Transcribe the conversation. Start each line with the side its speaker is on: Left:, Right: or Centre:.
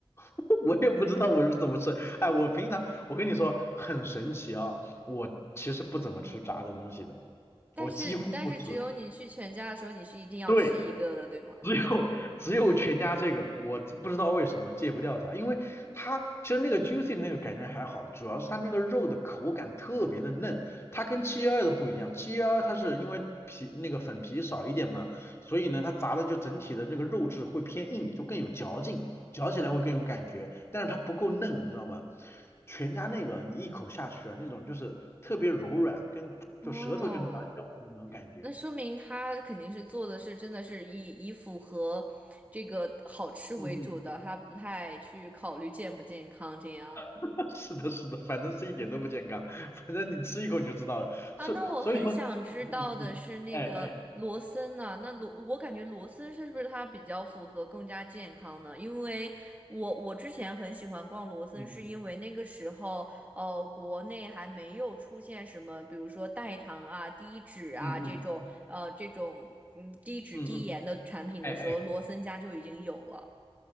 Left: <laughs> 我也不知道我是怎么吃。哎，我平常我跟你说很神奇啊，我其实不怎么吃炸的东西的，
Right: 但是但是只有你去全家的时候，
Left: 我几乎不吃。
Right: 你是一定要吃一个的，
Left: 对，
Right: 对吗？
Left: 只有只有全家这个，我这不知道为什么戒不掉它，因为它其实那个 juicy 那个感觉还好，主要是它那个肉的口感特别的嫩，它跟七幺二的不一样，七幺二它是因为皮那个粉皮少一点嘛，所以呢它炸的就整体的那个肉质会偏硬，就更有嚼劲，嚼起来会更有感觉，但是它不够嫩，你知道吗？全家那个你一口下去啊，那种就是特别柔软，跟就舌头就能把它嚼那种感觉，
Right: 哦。那说明他肯定是做的是真的是以以符合这个好吃为主的，
Left: 嗯嗯。
Right: 他不太去考虑健不健康这样。
Left: <laughs> 是的，是的，反正是一点都不健康，<laughs> 反正你吃一口你就知道了。
Right: 啊，
Left: 所所以说，
Right: 那我很想知道的是那个罗森呢、
Left: 嗯嗯嗯，哎哎，
Right: 那罗，我感觉罗森是不是它比较符合更加健康呢？因为我我之前很喜欢逛罗森，
Left: 嗯
Right: 是因为那个时候，呃，国内还没有出现什么，比如说代糖啊、低脂啊这种，
Left: 嗯嗯
Right: 呃，这种嗯低脂低盐的产品的时候，
Left: 嗯嗯嗯，哎哎，
Right: 罗森家就已经有了。